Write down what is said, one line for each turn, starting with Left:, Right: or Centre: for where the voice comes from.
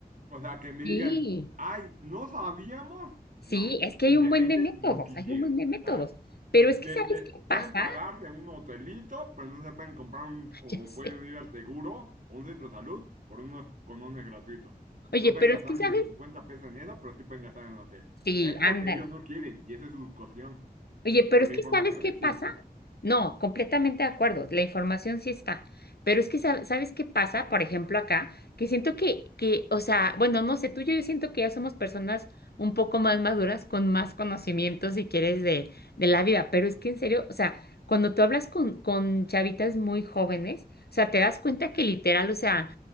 Right: o sea, que me
Left: Sí.
Right: digan, ay, ¿no sabíamos?
Left: Sí,
Right: No,
Left: es que
Right: simplemente
Left: hay un buen de métodos,
Right: no quisieron.
Left: hay un buen
Right: O
Left: de métodos.
Right: sea,
Left: Pero es
Right: le,
Left: que, ¿sabes
Right: le-
Left: qué pasa?
Right: pueden pagarse
Left: <laughs>
Right: un hotelito, pero no se pueden comprar un, o
Left: Ya sé.
Right: pueden ir al seguro o un centro de salud por unos conones gratuitos.
Left: Oye,
Right: No pueden
Left: pero
Right: gastar
Left: es que, ¿sabes?
Right: ni 50 pesos en eso, pero sí pueden gastar en hotel.
Left: Sí,
Right: Es
Left: ándale.
Right: porque ellos no quieren y esa es su cocción.
Left: Oye, pero
Right: Pero
Left: es
Right: la
Left: que
Right: información
Left: ¿sabes qué pasa?
Right: sí está.
Left: No, completamente de acuerdo, la información sí está, pero es que sab- ¿sabes qué pasa? Por ejemplo, acá, que siento que, que, o sea, bueno, no sé, tú y yo, yo siento que ya somos personas un poco más maduras, con más conocimiento, si quieres, de, de la vida, pero es que en serio, o sea, cuando tú hablas con, con chavitas muy jóvenes, o sea, te das cuenta que literal, o sea,